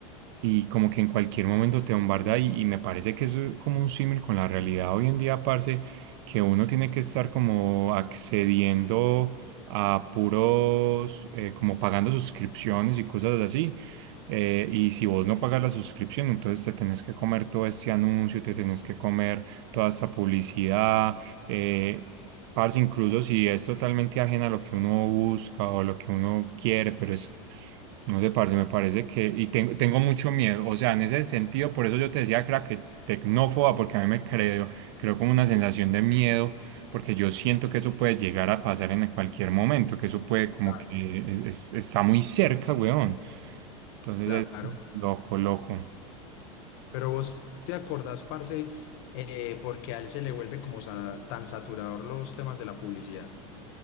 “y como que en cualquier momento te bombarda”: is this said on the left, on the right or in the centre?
Right